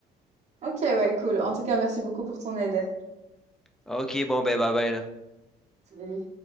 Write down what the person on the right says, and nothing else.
OK, ouais, cool. En tout cas, merci beaucoup pour ton aide.
Salut.